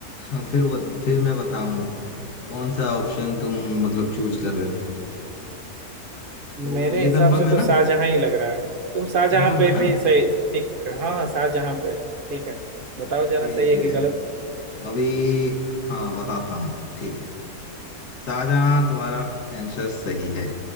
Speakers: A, on the left; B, on the right.
A: हाँ, फिर बत, फिर मैं बताऊंगा कौन सा ऑप्शन तुम मतलब चूज कर रहे हो तो
B: मेरे
A: ये
B: हिसाब
A: कंफर्म
B: से तो
A: है ना
B: शाहजहां ही लग रहा है तुम शाहजहां
A: कंफर्म
B: पे
A: है ना
B: भी सही ठीक हाँ हाँ शाहजहां पे ठीक है बताओ जरा
A: ठीक
B: सही है
A: है
B: कि गलत
A: अभी हाँ बताता हूँ ठीक है शाहजहां तुम्हारा आंसर सही है